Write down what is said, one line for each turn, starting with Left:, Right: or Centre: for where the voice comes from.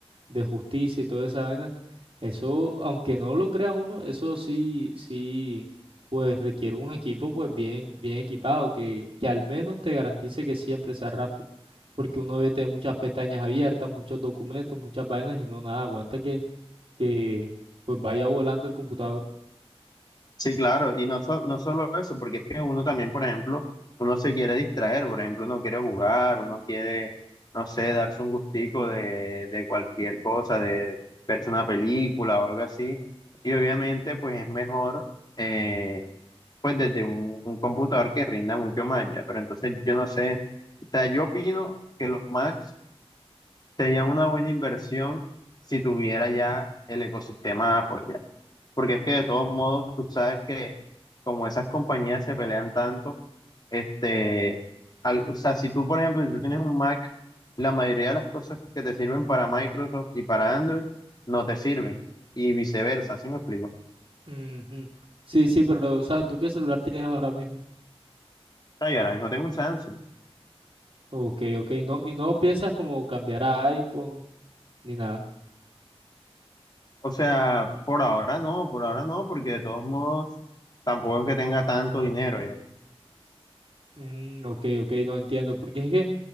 Right: de justicia y toda esa vaina, eso, aunque no lo crea uno, eso sí, sí, pues requiere un equipo pues bien, bien equipado, que, que al menos te garantice que siempre sea rápido, porque uno ve te muchas pestañas abiertas, muchos documentos, muchas vainas y no nada, aguanta que, que pues vaya volando el computador.
Left: Sí, claro, y no, so- no solo eso, porque es que uno también, por ejemplo, uno se quiere distraer, por ejemplo, uno quiere jugar, uno quiere, no sé, darse un gustico de, de cualquier cosa, de verse una película o algo así. Y obviamente, pues es mejor. eh, pues desde un, un computador que rinda mucho más ya. Pero entonces yo no sé, o sea, yo opino que los Macs serían una buena inversión si tuviera ya el ecosistema Apple ya. Porque es que de todos modos, tú sabes que como esas compañías se pelean tanto, este, al- o sea, si tú, por ejemplo, si tú tienes un Mac, la mayoría de las cosas que te sirven para Microsoft y para Android no te sirven. Y viceversa, ¿sí me explico? O
Right: Ujú. Sí, sí, pero, o sea, ¿tú qué celular tienes ahora mismo?
Left: sea, yo ahora mismo tengo un Samsung.
Right: Ok, ok, no, y no piensas como cambiar a iPhone ni nada.
Left: O sea, por ahora no, por ahora no, porque de todos modos tampoco es que tenga tanto dinero ya.
Right: Mm, ok, ok, no entiendo, porque es que,